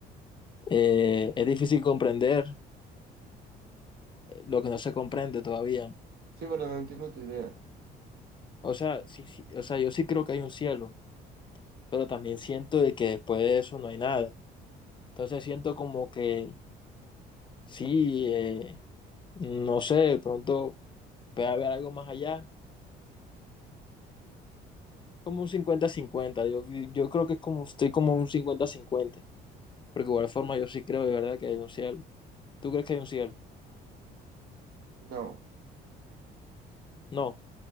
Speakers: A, on the left; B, on the right.
A: eh, es difícil comprender lo que no se comprende todavía.
B: Sí, pero no entiendo tu idea.
A: O sea, sí, sí, o sea, yo sí creo que hay un cielo, pero también siento de que después de eso no hay nada. Entonces siento como que sí, eh, no sé, de pronto puede haber algo más allá, como un cincuenta-cincuenta, Yo, yo creo que es como, estoy como un cincuenta-cincuenta, porque de igual forma yo sí creo de verdad que hay un cielo. ¿Tú crees que hay un cielo?
B: No,
A: No,